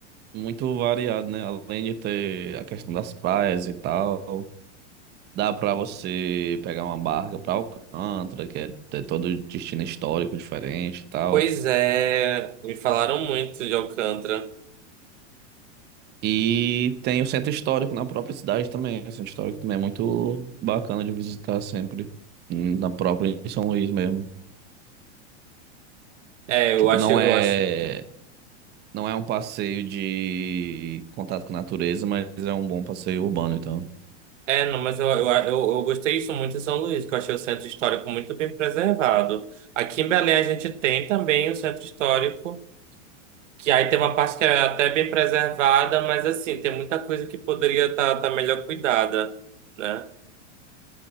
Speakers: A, on the right; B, on the right.
A: muito variado, né? Além de ter a questão das praias e tal, dá pra você pegar uma barca pra Alcântara, que é tem todo o destino histórico diferente e tal.
B: Pois é, me falaram muito de Alcântara.
A: E tem o centro histórico na própria cidade também. O centro histórico também é muito bacana de visitar sempre, hum, na própria em São Luís mesmo.
B: É, eu
A: Tipo,
B: acho,
A: não
B: eu
A: é
B: acho.
A: não é um passeio de contato com a natureza, mas é um bom passeio urbano, então.
B: É, não, mas eu, eu, eu, eu gostei isso muito em São Luís, que eu achei o centro histórico muito bem preservado. Aqui em Belém a gente tem também o centro histórico, que aí tem uma parte que é até bem preservada, mas assim, tem muita coisa que poderia estar melhor cuidada, né?